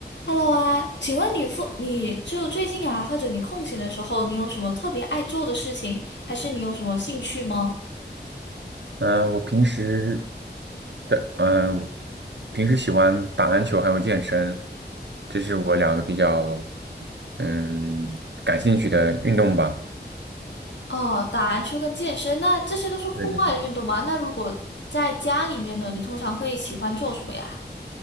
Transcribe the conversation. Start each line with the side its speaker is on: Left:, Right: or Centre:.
Left: Hello 啊，请问你父，你就最近啊，或者你空闲的时候，你有什么特别爱做的事情，还是你有什么兴趣吗？
Right: 嗯，我平时的嗯，平时喜欢打篮球还有健身，这是我两个比较嗯感兴趣的运动吧。
Left: 哦，打篮球跟健身，那这些都是户外的运动吗？
Right: 对对对。
Left: 那如果在家里面呢，你通常会喜欢做什么呀？